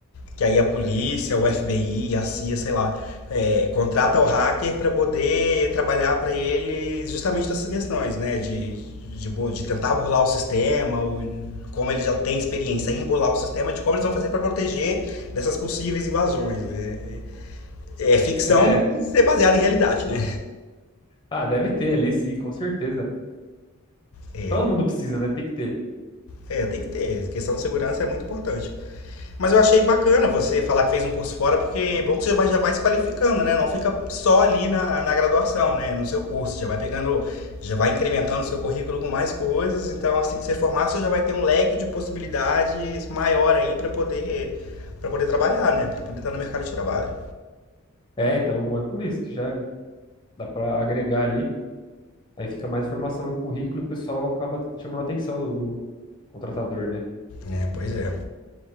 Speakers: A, on the left; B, on the left.
A: Que aí a polícia, o FBI, a CIA, sei lá, é, contrata o hacker para poder trabalhar para ele justamente dessas questões, né? De, de, de tentar burlar o sistema, ou como ele já tem experiência em burlar o sistema, de como eles vão fazer para proteger dessas possíveis invasões, né? É, é ficção,
B: É.
A: mas é baseado em realidade, né?
B: Ah, deve ter ali, sim, com certeza.
A: É,
B: Todo mundo precisa, né? Tem que ter.
A: é, tem que ter. A Questão de segurança é muito importante. Mas eu achei bacana você falar que fez um curso fora, porque é bom que você já vai, já vai se qualificando, né? Não fica só ali na, na graduação, né? No seu curso, já vai pegando, já vai incrementando o seu currículo com mais coisas. Então, assim que você formar, você já vai ter um leque de possibilidades maior aí para poder para poder trabalhar, né? Para poder estar no mercado de trabalho.
B: É, então, bom, é por isso que já dá para agregar ali. Aí fica mais informação no currículo e o pessoal acaba chamando a atenção do, do contratador, né?
A: É, pois é.